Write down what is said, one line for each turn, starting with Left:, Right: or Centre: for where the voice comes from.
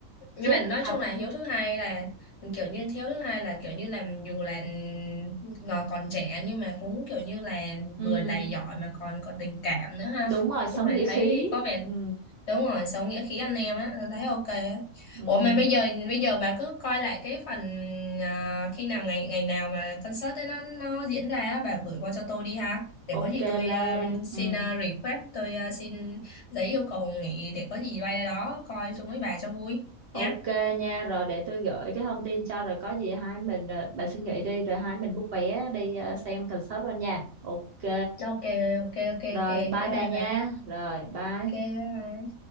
Left: nhưng
Right: chết
Left: mà nói
Right: thật
Left: chung là hiếu thứ hai là kiểu như hiếu thứ hai là kiểu như là dù là ngò còn trẻ nhưng mà cũng kiểu như là
Right: ừ,
Left: vừa đầy giỏi mà còn có tình cảm nữa ha
Right: đúng rồi sống
Left: chung là
Right: nghĩa khí
Left: thấy có vẻ
Right: ừ.
Left: đúng rồi sống nghĩa khí anh em á tôi thấy ok á
Right: Ừ,
Left: ủa mà bây giờ bây giờ bà cứ coi lại cái phần à, khi nào ngày ngày nào mà concert ấy nó nó diễn ra á bà gửi qua cho tôi đi ha để
Right: ok
Left: có gì tôi
Right: La
Left: à, xin
Right: ừ,
Left: à, request tôi à, xin giấy yêu cầu nghỉ để có gì bay ra đó coi chung với bà cho vui
Right: ok
Left: nha
Right: nha rồi để tôi gửi cái thông tin cho rồi có gì hai mình ờ, bà suy nghĩ đi rồi hai mình book vé đi ờ, xem concert luôn nha ok
Left: Ok, ok, ok,
Right: rồi
Left: ok.
Right: bye
Left: Bye
Right: bà
Left: bye
Right: nha
Left: bà.
Right: rồi bye
Left: Ok, bye bye.